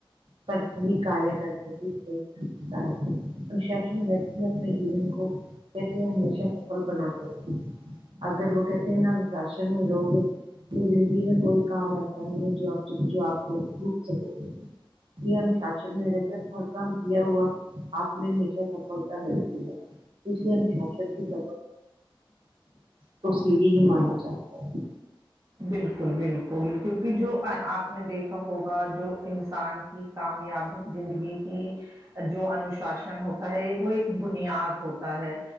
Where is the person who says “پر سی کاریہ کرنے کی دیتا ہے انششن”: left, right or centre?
Right